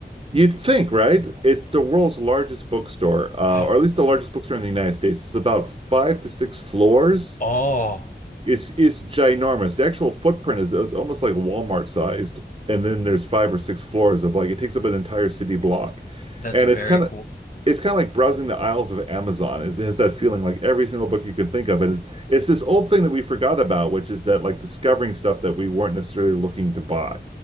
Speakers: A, on the right (about 30°); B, on the left (about 50°).
A: You'd think, right? It's the world's largest bookstore, uh,
B: or?
A: or at
B: <gasps>
A: least the largest bookstore in the United States. It's about five to six floors.
B: Oh,
A: It's it's ginormous. The actual footprint is, is almost like Walmart sized, and then there's five or six floors of like it takes up an entire city block,
B: that's
A: and
B: very
A: it's kind
B: cool.
A: of it's kind of like browsing the aisles of Amazon. It's- It has that feeling like every single book you can think of, and it, it's this old thing that we forgot about, which is that like discovering stuff that we weren't necessarily looking to buy.